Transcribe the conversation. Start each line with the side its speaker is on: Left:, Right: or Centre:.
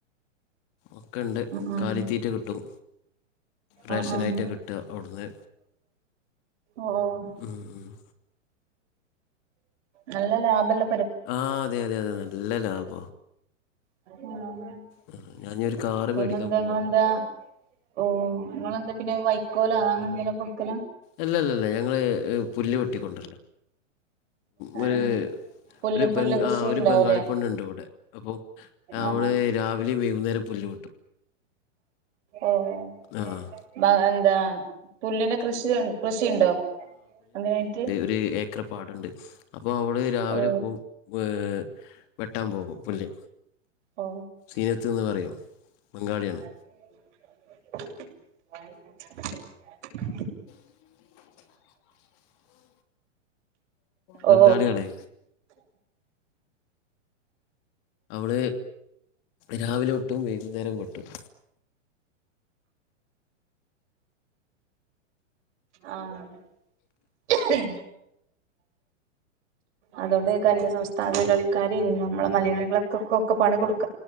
Left: ഒക്കെ ഇണ്ട്
Right: ആഹ് ആഹ്
Left: കാലിത്തീറ്റ കിട്ടും റേഷൻ
Right: ആഹ് ആഹ്
Left: ആയിട്ട കിട്ട അവിടുന്ന്
Right: ഓഹ്
Left: ഉം ഉം
Right: നല്ല ലാഭല്ല
Left: ആഹ് അതെ അതെ അതെ നല്ല ലാഭ
Right: <unintelligible>
Left: ആഹ് ഞാനൊരു കാറ്
Right: പിന്നെന്താ
Left: മേടിക്കാൻ പോവാണ്
Right: ഇങ്ങളെന്താ ഓഹ് നിങ്ങെളന്താ പിന്നെ വൈ കോല അങ്ങനെ ന്ടേലും കൊടുക്കല
Left: അല്ല അല്ല അല്ല ഞങ്ങള് പുല്ല് വെട്ടി ക്കൊണ്ടര്ല
Right: ആഹ്
Left: ഒര്
Right: പുല്ല് പുല്ല്
Left: ബംഗ
Right: കൃഷി
Left: ഒര്
Right: ഉണ്ടാവൂലേ
Left: ബംഗാളി പെണ്ണ്ണ്ട് ഇവിടെ അപ്പൊ അവള്
Right: ആഹ് ആഹ്
Left: രാവിലെയും വൈകുന്നേരം പുല്ല് വെട്ടും
Right: ഓഹ്
Left: ആഹ്
Right: ബ എന്താ പുല്ലിന്റെ കൃഷി കൃഷിയുണ്ടോ അതിനായിട്ട്
Left: ഒര് ഏക്കർ പ്പാടുണ്ട് അപ്പൊ അവള് രാവിലെ
Right: ഓ
Left: പോകും ഏഹ് വെട്ടാൻ പോകും പുല്ല്
Right: ഓ
Left: സീനത്ത് എന്ന് പറയും ബംഗാളിയാണ്.
Right: <inaudible>
Left: <inaudible>
Right: ഓ
Left: ബംഗാളിയാണ് അവള് രാവിലെ വെട്ടും വൈകുന്നേരം വെട്ടും
Right: ആഹ് അതുകൊണ്ടേക്കു അന്യ സംസ്ഥാന കളിക്കാര് നമ്മള് മലയാളികളൊക്കെക്കെക്കെ പണി കൊടുക്